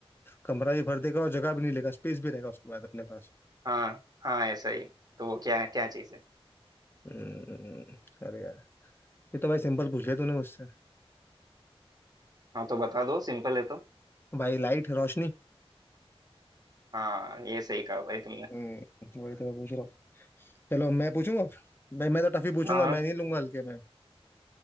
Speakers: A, on the left; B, on the right.
A: कमरा भी भर देगा और जगह भी नहीं लेगा स्पेस भी रहेगा उसके बाद अपने पास
B: हाँ हाँ ऐसा ही तो वो क्या है क्या चीज़ है
A: हम्म अरे यार ये तो भाई सिंपल पूछ लिया तूने मुझसे
B: हाँ तो बता दो सिंपल है तो
A: भाई लाइट रोशनी
B: हाँ ये सही कहा भाई तुमने
A: हम्म वही तो मैं पूछ रहा हूँ चलो मैं पूछूंगा भाई मैं तो टफी पूछूंगा
B: हाँ हाँ
A: मैं नहीं लूंगा हल्के में